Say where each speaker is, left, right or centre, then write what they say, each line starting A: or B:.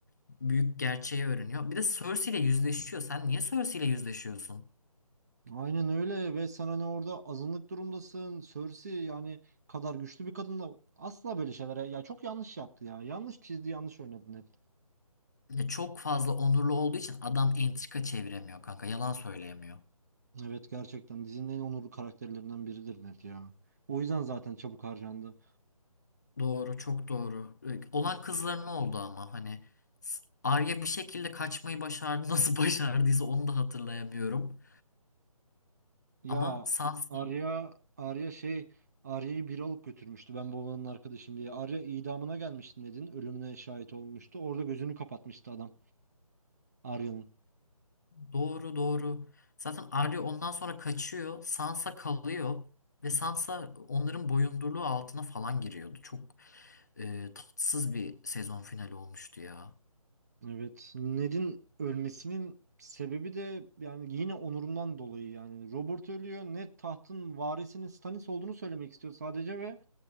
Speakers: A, on the left; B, on the right.
A: büyük gerçeği öğreniyor. Bir de Cersei ile yüzleşiyor. Sen niye Cersei ile yüzleşiyorsun?
B: Aynen öyle ve sen hani orada azınlık durumdasın. Cersei yani kadar güçlü bir kadınla asla böyle şeylere ya çok yanlış yaptı ya. Yanlış çizdi, yanlış oynadı Ned.
A: Ya çok fazla onurlu olduğu için adam entrika çeviremiyor kanka. Yalan söyleyemiyor.
B: Evet gerçekten dizinin en onurlu karakterlerinden biridir Ned ya. O yüzden zaten çabuk harcandı.
A: Doğru, çok doğru. Ee, Olan kızların oldu ama hani s- Arya bir şekilde kaçmayı başardı. <laughs> Nasıl başardıysa onu da hatırlayamıyorum.
B: Ya
A: Ama Sansa
B: Arya Arya şey Arya'yı biri alıp götürmüştü ben babanın arkadaşım diye. Arya idamına gelmişti Ned'in ölümüne şahit olmuştu. Orada gözünü kapatmıştı adam Arya'nın.
A: doğru doğru. Zaten Arya ondan sonra kaçıyor. Sansa kalıyor ve Sansa onların boyundurluğu altına falan giriyordu. Çok e, tatsız bir sezon finali olmuştu ya.
B: Evet Ned'in ölmesinin sebebi de yani yine onurundan dolayı yani. Robert ölüyor Ned tahtın varisinin Stannis olduğunu söylemek istiyor sadece ve